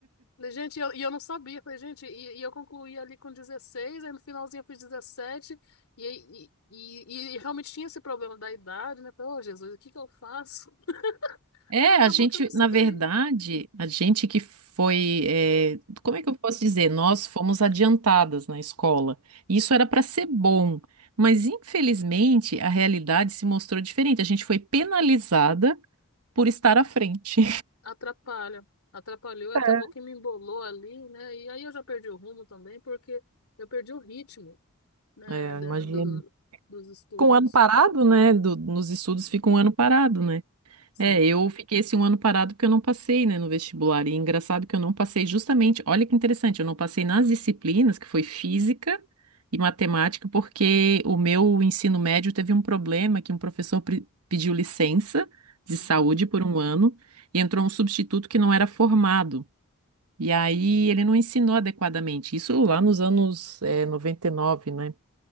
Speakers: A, on the left; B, on the right.
A: Falei, gente, e eu, e eu não sabia. Falei, gente, e, e eu concluí ali com 16, aí no finalzinho eu fiz 17, e, e, e, e realmente tinha esse problema da idade, né? Falei, ô Jesus, o que que eu faço? <laughs>
B: É,
A: Aí acabou
B: a gente,
A: que eu não estudei.
B: na verdade, a gente que foi, eh, como é que eu posso dizer? Nós fomos adiantadas na escola. Isso era para ser bom, mas infelizmente a realidade se mostrou diferente. A gente foi penalizada por estar à frente.
A: Atrapalha. Atrapalhou, e
B: <laughs>
A: acabou que me embolou ali, né? E aí eu já perdi o rumo também, porque eu perdi o ritmo, né,
B: É,
A: da-
B: imagino.
A: do, dos estudos.
B: Com um ano parado, né? do- nos estudos
A: Sim.
B: fica um ano parado, né?
A: Sim.
B: É, eu fiquei esse um ano parado porque eu não passei, né, no vestibular. E é engraçado que eu não passei justamente, olha que interessante, eu não passei nas disciplinas, que foi física e matemática, porque o meu ensino médio teve um problema que um professor pre- pediu licença de
A: Uhum.
B: saúde por um ano e entrou um substituto que não era formado. E aí ele não ensinou adequadamente. Isso lá nos anos, eh, 99, né?